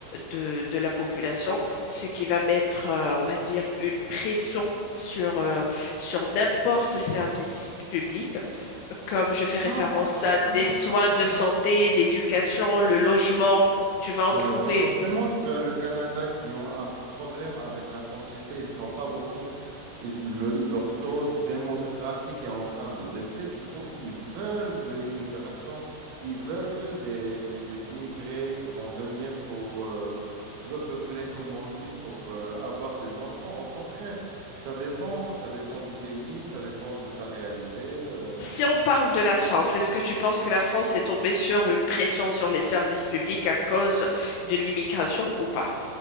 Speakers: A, on the left (about 80°); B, on the right (about 90°).
A: de, de la population ce qui va mettre, euh, on va dire, une pression sur, euh, sur n'importe service public, comme je fais référence
B: Non, pas forcément,
A: à des soins
B: pas forcément,
A: de santé, l'éducation,
B: pas forcément.
A: le logement, tu vas en
B: Non,
A: trouver.
B: mais pas forcément. Tu as le Canada qui ont un problème avec l'infantilité. Ils n'ont pas beaucoup. Ils- le- leur taux démographique est en train de baisser. Du coup, ils veulent de l'immigration. Ils veulent des, des- des immigrés qui vont venir pour euh, repeupler, comme on dit, pour euh, avoir des enfants. Au contraire, ça dépend. Ça dépend du pays, ça dépend de sa réalité. euh.
A: Si on parle de la France, est-ce que tu penses que la France est tombée sur une pression sur les services publics à cause de l'immigration ou pas?